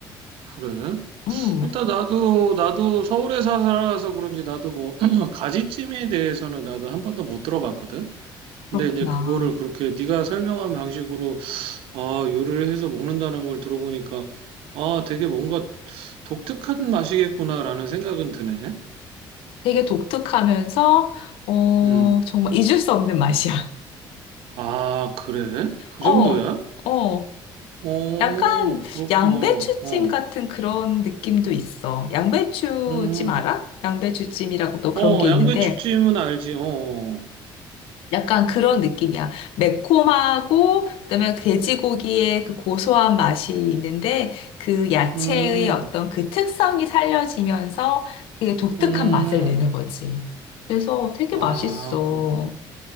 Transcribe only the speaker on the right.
그래?
일단 나도 나도 서울에 살아서 그런지 나도 뭐 <clears throat> 가지찜에 대해서는 나도 한 번도 못 들어봤거든.
근데 이제 그거를 그렇게 네가 설명한 방식으로 아 요리를 해서 먹는다는 걸 들어보니까 아 되게 뭔가 독특한 맛이겠구나라는 생각은 드네.
음.
아 그래? 그
정도야?
어
그렇구나.
어.
음.
어
양배추찜은 알지. 어. 어.
어. 음.
음.
아,
그렇구나.